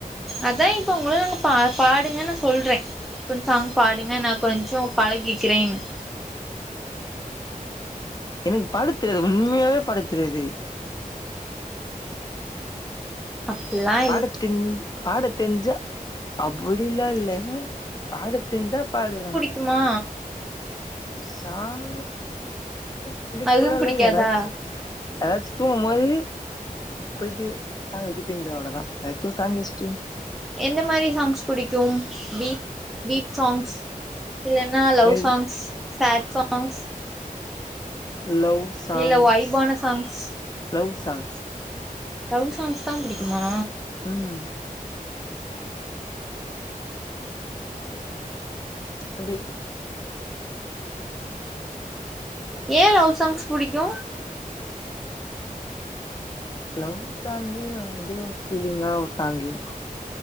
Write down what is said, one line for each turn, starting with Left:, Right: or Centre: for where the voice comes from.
Centre: அதா இப்ப உங்கள நாங்க பா பாடுங்கன்னு நா சொல்றே இப்ப இந்த சாங் பாடுங்க நா கொஞ்சோ பழகிக்கிறேன்னு
Left: எனக்கு பாடத்தெரியாது உண்மையாவே பாடத்தெரியாது
Centre: அப்பல்லா
Left: பாடத்தின் பாடத்தெஞ்சா அப்புடிலா இல்ல பாட தெரிஞ்சா பாடுவே
Centre: டுமா
Left: சாங் புடிக்கலா
Centre: அதுவும்
Left: இல்ல
Centre: பிடிக்காதா
Left: எதாச்சு எதாச்சு தூங்கும்போது போயிட்டு சாங்க வச்சு தூங்கிடுவ அவ்ளதா எதாச்சு சாங்க் வேஸ்ட்டு
Centre: எந்த மாரி சாங்ஸ் புடிக்கு பீப் பீப் சாங்ஸ் இல்லன்னா லவ்
Left: மெல்
Centre: சாங்ஸ் சேட் சாங்ஸ்
Left: லவ் சாங்ஸ்
Centre: இல்ல வைபான songs
Left: love songs
Centre: love songs தா புடிக்குமா
Left: ம் அப்டி
Centre: ஏ லவ் சாங்ஸ் புடிக்கு
Left: ஹலோ சாங்கு அதே ஒரு ஃபீலிங்கா ஒரு சாங்கு